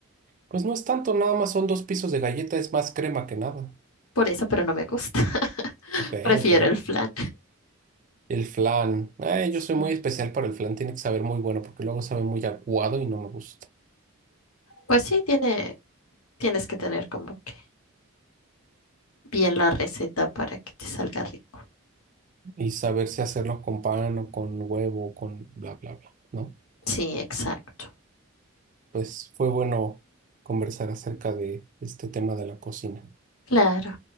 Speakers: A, on the right; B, on the left.
A: Pues no es tanto, nada más son dos pisos de galleta, es más crema que nada.
B: Por eso, pero no me gusta. <laughs>
A: Ok,
B: Prefiero
A: ok.
B: el flan.
A: El flan. Eh,
B: Sí.
A: yo soy muy especial para el flan, tiene que saber muy bueno porque luego sabe muy aguado y no me gusta.
B: Pues sí, tiene, tienes que tener como que bien la receta para que te salga rico.
A: Y saber si hacerlo con pan o con huevo o con bla, bla, bla, ¿no?
B: Sí, exacto.
A: Pues fue bueno conversar acerca de este tema de la cocina.
B: Claro.